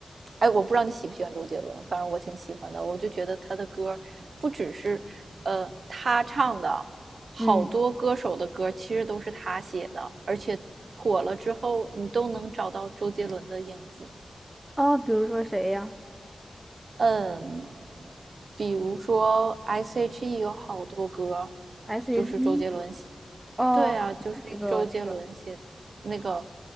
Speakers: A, on the right; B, on the right.
A: 哎，我不知道你喜不喜欢周杰伦，反正我挺喜欢的，我就觉得他的歌不只是呃他唱的，好多歌手的歌其实都是他写的，
B: 嗯，
A: 而且火了之后你都能找到周杰伦的影子，
B: 啊，比如说谁呀
A: 嗯，比如说 S.H.E 有好多歌，
B: ？S.H.E。
A: 就是周杰伦写。
B: 哦，
A: 对啊，就是周杰伦写那个
B: 那个那个，